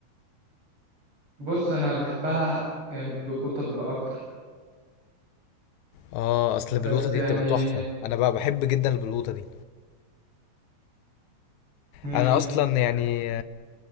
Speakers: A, on the right (about 45°); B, on the left (about 75°).
A: بص انا بحبها يعني بالقطه بيبقى اكتر
B: اه اصل
A: بس
B: بالقوطه دي
A: يعني
B: بتبقى تحفه انا بقى بحب جدا البلوطه دي
A: امم
B: انا اصلا يعني